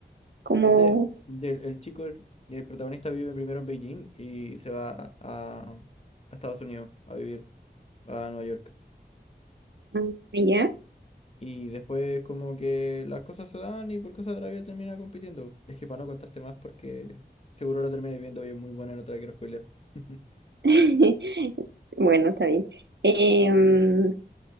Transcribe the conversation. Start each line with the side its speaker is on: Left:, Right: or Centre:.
Right: como,
Left: Es de, del- el chico, el, el protagonista vive primero en Beijing y se va a, a- a Estados Unidos a vivir, a Nueva York.
Right: ah, ya.
Left: Y después como que las cosas se dan y por cosas de la vida termina compitiendo. Es que para no contarte más porque seguro la terminé viendo y es muy buena y no te la quiero spoiler. <laughs>
Right: <laughs> Bueno, está bien. Em,